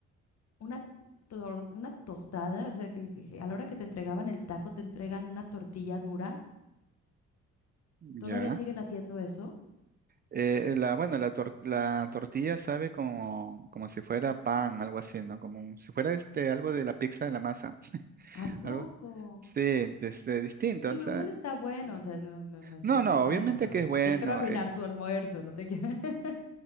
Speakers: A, on the left (about 55°); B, on the right (about 30°).
A: una, tor- una tostada, o sea, que, que a la hora que te entregaban el taco, te entregan una tortilla dura. ¿Todavía
B: ya.
A: siguen haciendo eso?
B: Eh, la, bueno, la, tor- la tortilla sabe como, como si fuera pan, algo así, ¿no? Como un- si fuera este, algo de la pizza, de la masa, <laughs>
A: ¿A poco?
B: algo. Sí, este, distinto,
A: Digo,
B: o sea,
A: igual está bueno, o sea, no, no, no es
B: no,
A: que esté
B: no,
A: malo,
B: obviamente
A: no,
B: que
A: no
B: es bueno.
A: te quiero arruinar
B: eh,
A: tu almuerzo, no te quiero... <laughs>